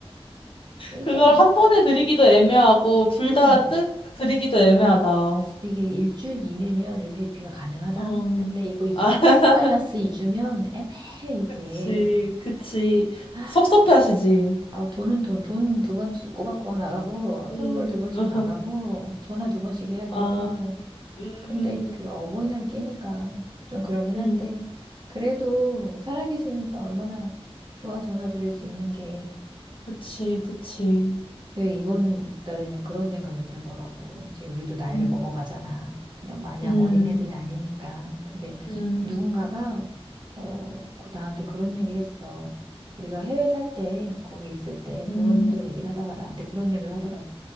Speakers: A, on the right (about 45°); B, on the left (about 60°).
A: <laughs> 이게,
B: 그걸 한 번에 드리기도 애매하고, 둘
A: 음,
B: 다 뜬, 드리기도 애매하다.
A: 이게 일주일 이내면 1타 2피가 가능하다?
B: 어,
A: 근데 이거 이
B: 아, <laughs>
A: 플러스 마이너스 2주면 애매해, 이게.
B: 그치, 그치.
A: <gasps> 아,
B: 섭섭해 하시지.
A: 아우, 돈은 돈, 돈 두 번씩 꼬박꼬박 나가고,
B: 음,
A: 선물 두 번씩
B: <laughs>
A: 나가고, 전화 두 번씩 해야 되고.
B: 아, 음,
A: 근데 그 어버이날 끼니까 좀 그러긴 한데,
B: 음,
A: 그래도 살아계시니까 얼마나 좋아 전화 드릴 수 있는 게.
B: 그치, 그치.
A: 네, 이번 달에는 그런 생각이 들더라고. 이제 우리도 나이를
B: 음,
A: 먹어가잖아. 그냥 마냥
B: 음,
A: 어린애들이 아니니까. 근데
B: 음,
A: 누군가가, 어, 그- 나한테 그런 얘기를 했어. 우리가 해외 살 때, 거기 있을 때
B: 음,
A: 부모님들 얘기를 하다가 나한테 그런 얘기를 하더라고.